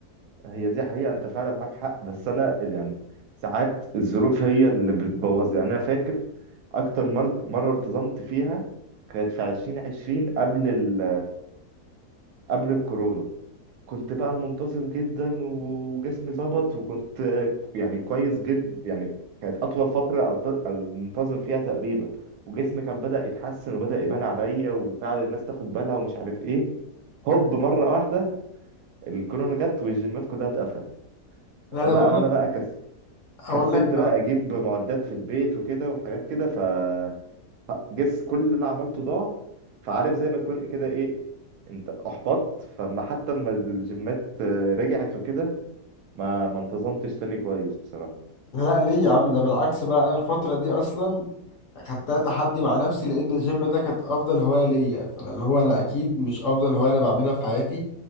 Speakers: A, on the right (about 75°); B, on the left (about 60°).
A: هي دي حقيقة انت فعلا معاك حق بس انا يعني ساعات الظروف هي اللي بتبوظ يعني انا فاكر اكتر مر- مرة ارتزمت فيها كانت في عشرين عشرين قبل ال قبل الكورونا كنت بقى منتظم جدا وجسمي ظبط وكنت يعني كويس جدا يعني كانت اطول فترة ألت- انتظم فيها تقريبا وجسمي كان بدأ يتحسن وبدأ يبان عليا وفعلا الناس تاخد بالها ومش عارف ايه هوب مرة واحدة الكورونا جت والجيمات كلها اتقفلت
B: لا
A: بقى
B: انا بقول
A: وانا
B: لك
A: بقى
B: هقول
A: كسلت
B: لك
A: بقى اجيب معدات في البيت وكده وحاجات كده فجس كل اللي انا عملته ضاع فعارف زي ما تكون كده ايه انت احبطت فما حتى لما الجيمات آه، رجعت وكده ما ما انتظمتش تاني كويس بصراحة
B: لا ليه يا عم ده بالعكس بقى انا الفترة دي اصلا خدتها تحدي مع نفسي لان الجيم ده كانت افضل هواية ليا فانا اللي هو انا اكيد مش افضل هواية انا بعملها في حياتي